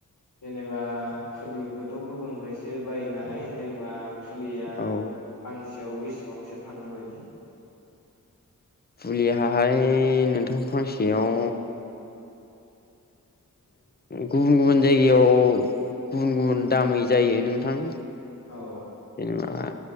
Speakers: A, on the left; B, on the left.
A: जेनेबा फुलिखौथ' गुबुननिफ्रायसो बायो नालाय जेनेबा फुलिया
B: औ
A: फांसेयाव बेसेबांसो थाङो बायदि?
B: फुलिहाहाय नोंथां फांसेयाव गुबुन गुबुन जायगायाव गुबुन गुबुन दामै जायो नोंथां।
A: औ
B: जेनेबा